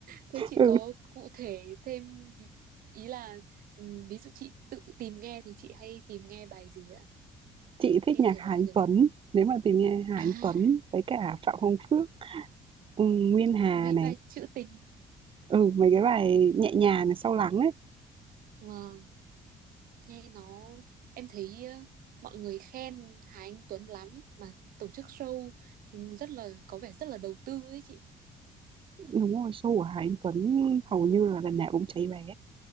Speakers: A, on the right; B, on the right.
A: thế chị
B: Ừ,
A: có cụ thể thêm ví- ý là ừ, ví dụ chị tự tìm nghe thì chị hay tìm nghe bài gì ạ
B: chị
A: nghe
B: thích nhạc
A: thể
B: Hà
A: loại
B: Anh
A: gần
B: Tuấn, nếu mà tìm nghe Hà
A: à
B: Anh Tuấn với cả Phạm Hồng Phước, ừm, Nguyên Hà
A: với
B: này,
A: bài trữ tình
B: ừ, mấy cái bài nhẹ nhàng này, Sâu lắng ấy.
A: Vâng, nghe nó em thấy ờ, mọi người khen Hà Anh Tuấn lắm mà tổ chức show ừ, rất là có vẻ rất là đầu tư ấy chị.
B: Đúng rồi, show của Hà Anh Tuấn hầu như là lần nào cũng cháy vé.